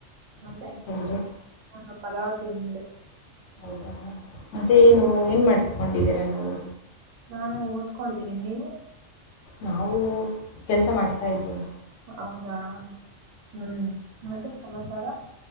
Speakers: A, on the right; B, on the left.
A: ಮತ್ತೆ
B: ನೀವೇನ್ ತಿಂದ್ರಿ
A: ನ ಪಲಾವ್ ತಿಂದೆ.
B: ಹೌದಾ ಮತ್ತೆ ಏನು ಏನ್ ಮಾಡ್ತ್ಕೊಂಡಿದ್ದೀರಾ ನೀವು?
A: ನಾನು ಓದ್ಕೊಂಡಿದ್ದೀನಿ ನೀವು?
B: ನಾವು ಕೆಲಸ ಮಾಡ್ತಾ ಇದ್ದೀನಿ.
A: ಹೌದಾ ಹ್ಮ್ ಮತ್ತೆ ಸಮಾಚಾರ?